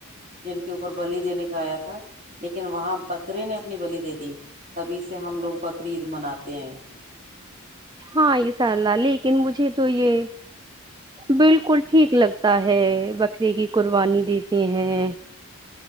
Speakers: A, on the right; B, on the right.
A: جن کے اوپر بلی دینے کا آیا تھا لیکن وہاں بکرے نے اپنی بلی دے دی تبھی سے ہم لوگ بکری عید مناتے ہیں <unintelligible>
B: ہاں اسشاء اللہ لیکن مجھے تو یہ بالکل ٹھیک لگتا ہے بکرے کی قربانی دیتے ہیں <unintelligible>